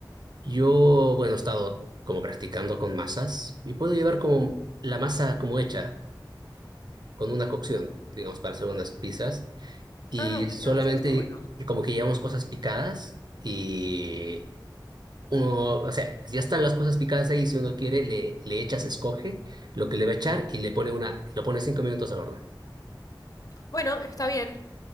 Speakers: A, on the right (about 60°); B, on the left (about 45°).
A: yo, bueno, he estado como practicando con masas y puedo llevar como la masa como hecha, con una cocción, digamos, para hacer unas pizzas. y
B: Ah, bueno,
A: solamente
B: eso está bueno.
A: como que llevamos cosas picadas y uno, o sea, ya están las cosas picadas ahí, si uno quiere, le, le echas, escoge lo que le va a echar
B: Mm.
A: y le pone una, lo pone cinco minutos al horno.
B: Bueno, está bien.